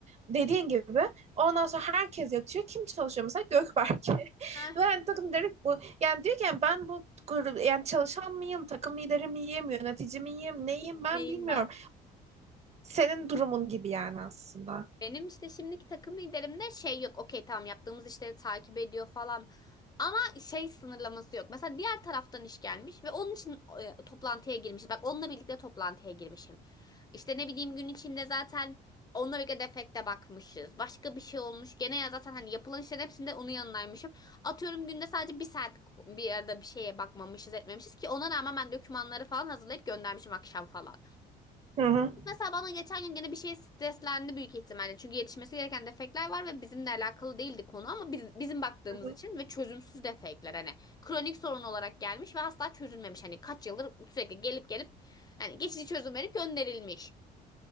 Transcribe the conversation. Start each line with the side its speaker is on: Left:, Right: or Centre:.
Right: dediğin gibi ondan sonra herkes yatıyor. Kim çalışıyor mesela? Gökberk. <laughs>
Left: Heh,
Right: Ve yani takım direkt bu. Yani diyor ki yani ben bu grup yani çalışan mıyım? Takım lideri miyim? Yönetici miyim? Neyim ben
Left: neyim
Right: bilmiyorum.
Left: ben?
Right: Senin durumun gibi yani aslında.
Left: Benim işte şimdiki takım liderimde şey yok. Okey tamam yaptığımız işleri takip ediyor falan. Ama şey sınırlaması yok. Mesela diğer taraftan iş gelmiş ve onun için e, toplantıya girmiş. Bak onunla birlikte toplantıya girmişim. İşte ne bileyim gün içinde zaten onunla birlikte defekte bakmışız. Başka bir şey olmuş. Gene ya zaten hani yapılan işlerin hepsinde onun yanındaymışım. Atıyorum günde sadece bir saat bir arada bir şeye bakmamışız etmemişiz ki ona rağmen ben dokümanları falan hazırlayıp göndermişim akşam falan.
Right: Hı hı.
Left: Mesela bana geçen gün gene bir şey streslendi büyük ihtimalle. Çünkü yetişmesi gereken defekler var ve bizimle alakalı değildi konu ama biz, bizim baktığımız
Right: Hı hı.
Left: için ve çözümsüz defekler hani kronik sorun olarak gelmiş ve asla çözülmemiş. Hani kaç yıldır sürekli gelip gelip hani geçici çözüm verip gönderilmiş.